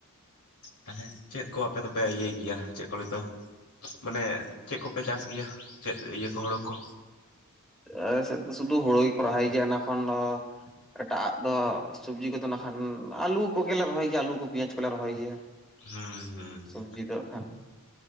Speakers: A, on the left; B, in the centre.
A: ᱛᱟᱞᱦᱮ ᱪᱮᱫ ᱠᱚ ᱟᱯᱮ ᱫᱚᱯᱮ ᱤᱭᱟᱹᱭ ᱜᱮᱭᱟ ᱪᱮᱫ ᱠᱚ ᱞᱟᱹᱜᱤᱫ ᱫᱚ ᱢᱟᱱᱮ ᱪᱮᱫ ᱠᱚᱯᱮ ᱪᱟᱥ ᱜᱮᱭᱟ? ᱪᱮᱫ ᱤᱭᱟᱹ ᱠᱚ ᱦᱳᱲᱳ ᱠᱚ
B: ᱟᱞᱮ ᱥᱮᱫ ᱫᱚ ᱥᱩᱫᱩ ᱦᱩᱲᱩ ᱠᱚ ᱨᱚᱦᱚᱭ ᱜᱮᱭᱟ ᱚᱱᱟᱠᱷᱚᱱ ᱮᱴᱟᱜ ᱟᱜ ᱫᱚ ᱥᱚᱵᱽᱡᱤ ᱠᱚᱫᱚ ᱱᱟᱠᱷᱟᱱ ᱟᱹᱞᱩ ᱠᱚᱜᱮᱞᱮ ᱨᱚᱦᱚᱭ ᱜᱮᱭᱟ, ᱟᱹᱞᱩ ᱠᱚ ᱯᱮᱸᱭᱟᱡᱽ ᱠᱚᱞᱮ ᱨᱚᱦᱚᱭ ᱜᱮᱭᱟ᱾
A: ᱦᱩᱸ
B: ᱥᱚᱵᱽᱡᱤ ᱫᱚ ᱮᱠᱷᱟᱱ